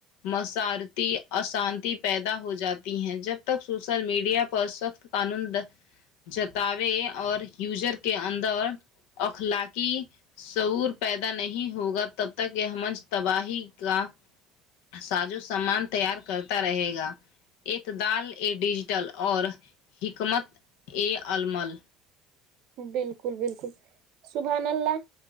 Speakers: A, on the left; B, on the right.
A: مسارتی اشانتی پیدا ہو جاتی ہیں جب تک سوشل میڈیا پر سخت کانند جتاوے اور یوزر کے اندر اخلاقی سعور پیدا نہیں ہوگا تب تک یے منچ تباہی کا ساجو سامان تیار کرتا رہے گا اعتدال اے ڈیجیٹل اور حکمت اے علمل
B: بالکل بالکل سبحان اللہ